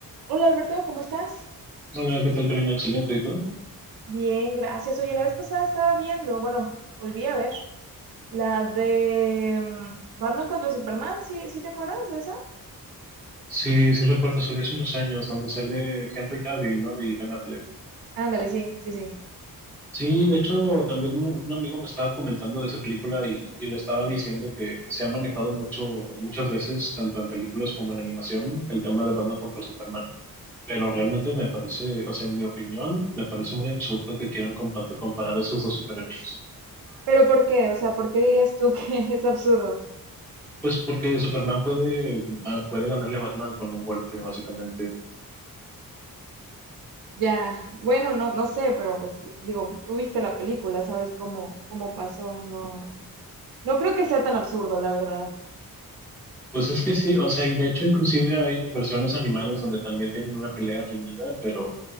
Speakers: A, on the right; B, in the centre.
A: Hola Alberto, ¿cómo estás?
B: Hola, ¿qué tal, Karina? Excelente, ¿y todo?
A: Bien, gracias. Oye, la vez pasada estaba viendo, bueno, volví a ver la de mm, Batman contra Superman, ¿sí, sí te acuerdas de esa?
B: Sí, sí recuerdo, salió hace unos años, donde sale Henry Cavill, ¿no? Y Ben Affleck.
A: Ándale, sí, sí, sí.
B: Sí, de hecho, también un un amigo me estaba comentando de esa película y, y le estaba diciendo que se ha manejado mucho, muchas veces, tanto en películas como en animación, el tema de Batman contra Superman. Pero realmente me parece, o sea, en mi opinión, me parece muy absurdo que quieran compa- comparar a esos dos superhéroes.
A: Pero ¿por qué? O sea, ¿por qué dirías tú que <laughs> es absurdo?
B: Pues porque Superman puede, ah, puede ganarle a Batman con un golpe, básicamente.
A: Ya, bueno, no, no sé, pero pues digo, tú viste la película, sabes cómo, cómo pasó, no, no creo que sea tan absurdo, la verdad.
B: Pues es que sí, o sea, y de hecho inclusive hay versiones animadas donde también tienen una pelea reñida, pero